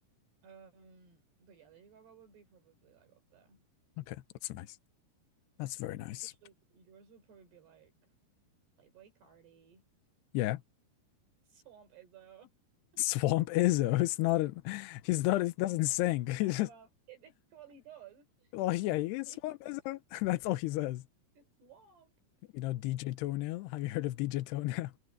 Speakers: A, on the right; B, on the left.
A: Um, but yeah, Lady Gaga would be probably like up there.
B: Okay. That's nice. That's very
A: Yours
B: nice.
A: would, yours would probably be like Playboy Cardi,
B: Yeah.
A: Swamp Izzo. <laughs>
B: Swamp Izzo. <laughs> It's not a, he's not he doesn't sing. <laughs> He's
A: Well,
B: just
A: it, well, he does.
B: well yeah,
A: <laughs>
B: he is
A: It's
B: Swamp Izzo. <laughs> That's all he says.
A: Swamp.
B: You know, DJ Toenail. Have you heard of DJ Toenail?